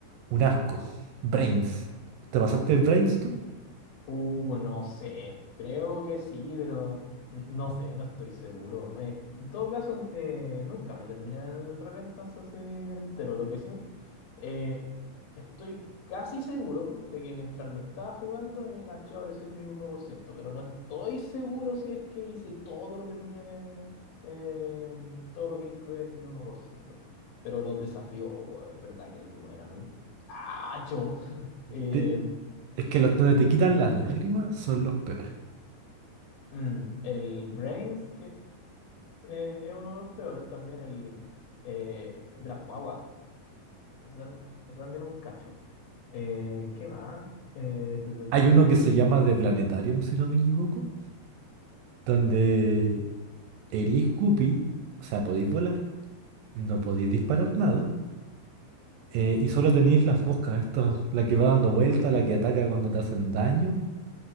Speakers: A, on the right; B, on the left.
A: un asco. Brains. ¿Te pasaste Brains tú?
B: Uh, no sé, creo que sí, pero n- no sé, no estoy seguro. Eh, en todo caso, n- eh, nunca me terminé el Repentance así entero. Lo que sí, me- eh, estoy casi seguro de que mientras lo estaba jugando en el archivo apareció el mil uno por ciento pero no estoy seguro si es que hice todo lo que tenía que, eh, todo lo que incluía el mil uno por ciento Pero los desafíos, es verdad que algunos eran un cacho. em,
A: Te- es que los donde te quitan las lágrimas son los peores.
B: Mm, el Brains, que eh, es uno de los peores, también el, eh, el de las guaguas. Ese, tam- ese también es un cacho. Eh, ¿qué más? Eh, tu, tu, tu,
A: Hay
B: tu,
A: uno
B: tu,
A: que
B: tu,
A: se
B: tu,
A: llama
B: tu.
A: The Planetarium, si no me equivoco, donde erís Guppy, o sea, podéis volar, no podéis disparar nada, Eh, y solo tenéis las moscas, esta, la que va dando vuelta, la que ataca cuando te hacen daño.